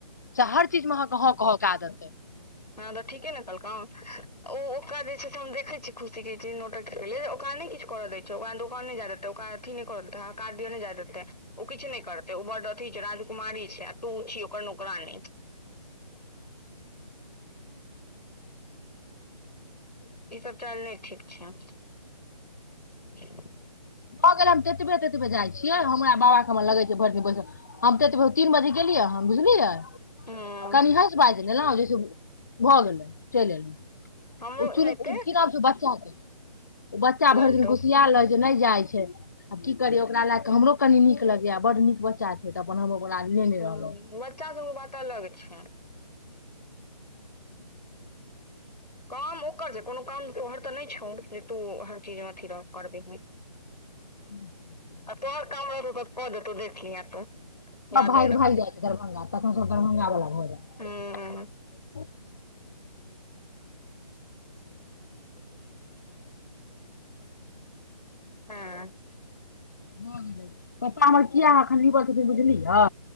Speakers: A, on the left; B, on the left.
A: चा हर चीज मे अहाँ के हँ कहके आदत यै
B: हँ तऽ ठीके ने कहलकौ ओ ओका जे छै से हम देखै छी खुशी के जे नोटक अलै ओकरा नैय किछु करव दै छै ओवा दोकान नहि जेय दतै ओका अथी नहि करव दतै हकार दिया नैय जा ओ किछु नहि करतै ओ बड्ड अथु छै राजकुमारी छै आ तू छी ओकर नौकरानी ई सब चाइल नै ठीक छै <inaudible>
A: भऽ गेल हम तेतबे तेतबे जाइ छियै हमरा बाबाक हमरा लगे छै भरि दिन बैसे हम ततबे तीन बजे गेलियै हन बुझलियै
B: हूँ
A: कनि हँस बाजि लेलहुँ जैसे भऽ गेलै चलि एलहुँ
B: हमरो
A: उ
B: एनाहिते
A: चुनु की नाम छै बच्चा के उ बच्चा
B: लड्डू
A: भरि दिन घुसियाल रहै छै नहि आय छै आब की करिय ओकरा लए कऽ हमरो कनी नीक लगैया बड नीक बच्चा छै तऽ अपन हम ओकरा लेने
B: हुँ
A: रहलहुँ
B: बच्चा सभके बात अलग छै काम ओकर छै कोनो काम तोहर तऽ नहि छौ जे तू हर चीजमे अथी रह करबिही <inaudible>
A: <inaudible>
B: आ तोहर काम रहतौ तऽ कऽ देतो देखलिहें तू यादे
A: सभ भागि
B: रखी
A: भागि जाइ छै दरभंगा तखन सभ दरभंगावला भऽ जाइ
B: हूँ
A: छै
B: <inaudible> हँ
A: भऽ गेलै पप्पा हमर किया एखन लिबल छथिन बुझलियै